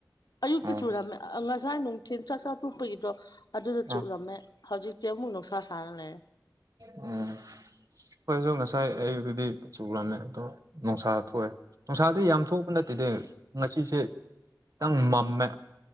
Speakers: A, on the left (about 65°); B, on the right (about 55°).
A: ꯑꯌꯨꯛꯇ
B: ꯎꯝ
A: ꯆꯨꯔꯝꯃꯦ ꯉꯁꯥꯏ ꯅꯨꯡꯊꯤꯟ ꯆꯥꯛ ꯆꯥꯛ ꯇꯨꯞꯄꯒꯤꯗꯣ ꯑꯗꯨꯗ
B: ꯎꯝ
A: ꯆꯨꯞꯂꯝꯃꯦ ꯍꯧꯖꯤꯛꯇ ꯑꯃꯨꯛ ꯅꯨꯡꯁꯥ ꯁꯥꯔꯂꯩꯔꯦ
B: ꯎꯝ ꯑꯩꯉꯣꯏꯁꯨ ꯉꯁꯥꯏ ꯑꯩꯌꯨꯛꯇꯗꯤ ꯆꯨꯨꯔꯝꯃꯦ ꯑꯗꯣ ꯅꯨꯡꯁꯥ ꯊꯣꯛꯑꯦ ꯅꯨꯡꯁꯥꯗꯤ ꯌꯥꯝ ꯊꯣꯛꯄ ꯅꯠꯇꯦꯗꯤ ꯉꯁꯤꯁꯦ ꯈꯤꯇꯪ ꯃꯝꯃꯦ